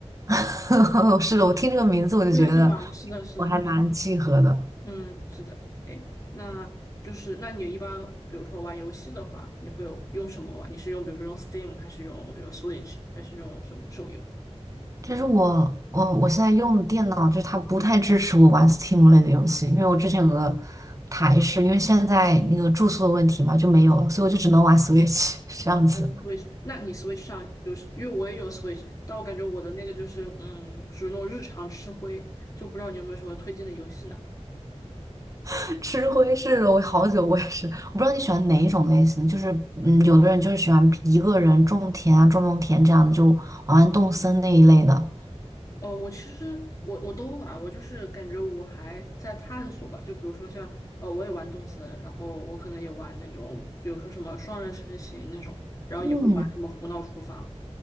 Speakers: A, on the right (about 30°); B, on the left (about 30°).
A: <laughs> 是的，我听这个名字我就觉得
B: 对对吧？是的，是的，
A: 我还蛮契合的。
B: 嗯，是的，哎，那就是那你一般比如说玩游戏的话，你会有用什么玩？你是用比如说用 Steam 还是用比如 Switch 还是用什么手游？
A: 就是我，我我现在用的电脑，就是它不太支持我玩 Steam 类的游戏，因为我之前有个台式，因为现在那个住宿的问题嘛，就没有了，所以我就只能玩 Switch <laughs> 这样子，
B: 哦，Switch，那你 Switch 上就是因为我也有 Switch，但我感觉我的那个就是嗯，属于那种日常吃灰，就不知道你有没有什么推荐的游戏呢？
A: <laughs> 吃灰是了我好久，我也是，我不知道你喜欢哪一种类型，就是嗯，有的人就是喜欢一个人种田啊，种种田这样的，就玩玩动森那一类的。
B: 哦，我其实我我都玩，我就是感觉我还在探索吧。就比如说像哦，我也玩动森，然后我可能也玩那种，比如说什么双人成行那种，然后也会玩什么胡闹厨房，
A: 嗯